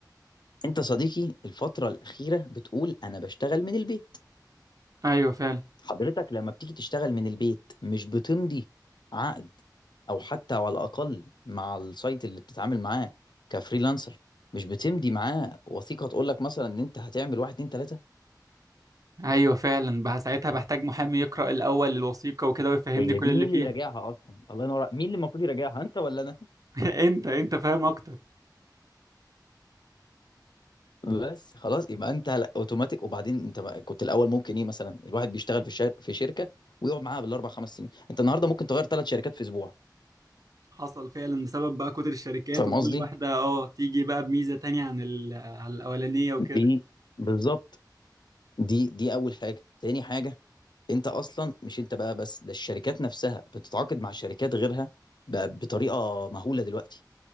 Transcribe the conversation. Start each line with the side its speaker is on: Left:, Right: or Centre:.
Left: انت صديقي الفتره الاخيره بتقول انا بشتغل من البيت
Right: ايوه فعلا
Left: حضرتك لما بتيجي تشتغل من البيت مش بتمضي عقد او حتى على الاقل مع السايت اللي بتتعامل معاه كفريلانسر مش بتمضي معاه وثيقه تقول لك مثلا ان انت هتعمل واحد اتنين تلاته
Right: ايوه فعلا بقى ساعتها بحتاج محامي يقرأ الاول الوثيقة وكده ويفهمني
Left: هي
Right: كل
Left: دي
Right: اللي
Left: مين
Right: فيها
Left: اللي يراجعها اصلا الله ينور عليك. مين اللي المفروض يراجعها انت ولا انا
Right: <laughs> انت انت فاهم اكتر
Left: بس خلاص يبقى انت لا، اوتوماتيك وبعدين انت ما- كنت الاول ممكن ايه مثلا الواحد بيشتغل في شر... في شركه ويقعد معاها بالاربع خمس سنين انت النهارده ممكن تغير ثلاث شركات في اسبوع
Right: حصل فعلا بسبب بقى كتر الشركات
Left: فاهم
Right: وكل
Left: قصدي
Right: واحدة اه تيجي بقى بميزة تانية عن ال... آه عن الأولانية وكده
Left: دي بالظبط دي دي اول حاجه تاني حاجه انت اصلا مش انت بقى بس ده الشركات نفسها بتتعاقد مع شركات غيرها بقى بطريقه مهوله دلوقتي